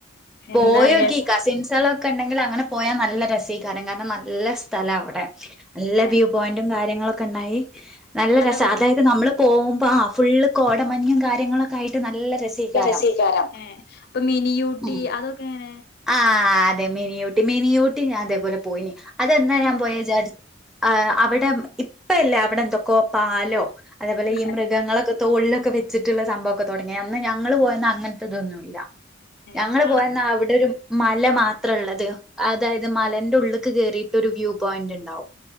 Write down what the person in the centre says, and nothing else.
പോയോക്കി.
കസിൻസേളൊക്കെണ്ടെങ്കിൽ അങ്ങനെ പോയാ നല്ല രസേയ്ക്കാരം. കാരണം നല്ല സ് സ്ഥലാ അവിടെ. നല്ല
വ്യൂ പോയിന്റും കാര്യങ്ങളൊക്കെ ഇണ്ടായി നല്ല രസാ.
അതായത് നമ്മള്
പോവുമ്പോ, ആ ഫുള്ള് കോടമഞ്ഞും കാര്യങ്ങളൊക്കെ ആയിട്ട് നല്ല രസീകാരം
ഉം
ആ അതെ മിനിയോട്ടി. മിനിയോട്ടി ഞാൻ ഇതേപോലെ പോയിന്. അതെന്നാ ഞാൻ പോയേ വിചാരി ആ അവിടെ ഇപ്പല്ലാ അവിടെന്തൊക്കോ പാലോ അതേപോലെ
ഈ മൃഗങ്ങളൊക്കെ തോള്ലൊക്കെ വെച്ചിട്ട്ള്ള സംഭവൊക്കെ തൊടങ്ങിയേ. അന്ന് ഞങ്ങള് പോയന്ന് അങ്ങനത്തതൊന്നുല്ല. ഞങ്ങള്,
പോയന്ന്, അവിടെ, രു മല മാത്രള്ളത്. അതായത് മലന്റെ ഉള്ള്ക്ക് കേറിയിട്ട് ഒരു വ്യൂ പോയിന്റ്ണ്ടാവും.